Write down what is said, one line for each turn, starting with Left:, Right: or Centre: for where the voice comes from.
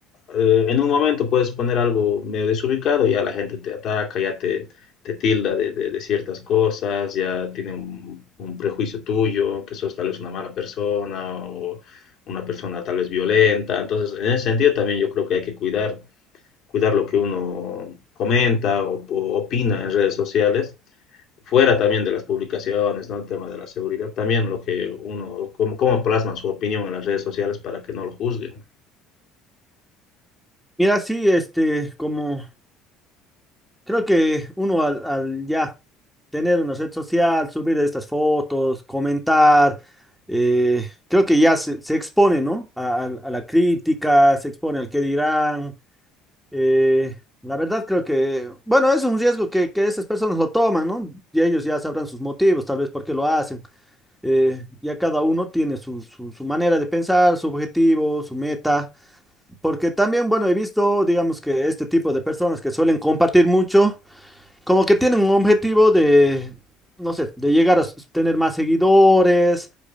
Left: en un momento puedes poner algo medio desubicado y ya la gente te ataca, ya te, te tilda de, de- de ciertas cosas, ya tiene un, un prejuicio tuyo, que sos tal vez una mala persona o una persona tal vez violenta. Entonces, en ese sentido también yo creo que hay que cuidar, cuidar lo que uno comenta o, o opina en redes sociales, fuera también de las publicaciones, ¿no? El tema de la seguridad, también lo que uno, cómo, cómo plasman su opinión en las redes sociales para que no lo juzguen.
Centre: Mira, sí, este, como creo que uno al, al ya tener una red social, subir estas fotos, comentar, eh, creo que ya se, se expone, ¿no? A, a- a la crítica, se expone al qué dirán. eh, la verdad creo que, bueno, eso es un riesgo que, que esas personas lo toman, ¿no? Y ellos ya sabrán sus motivos, tal vez por qué lo hacen. eh, ya cada uno tiene su, su, su manera de pensar, su objetivo, su meta, porque también, bueno, he visto, digamos que este tipo de personas que suelen compartir mucho, como que tienen un objetivo de, no sé, de llegar a s- tener más seguidores,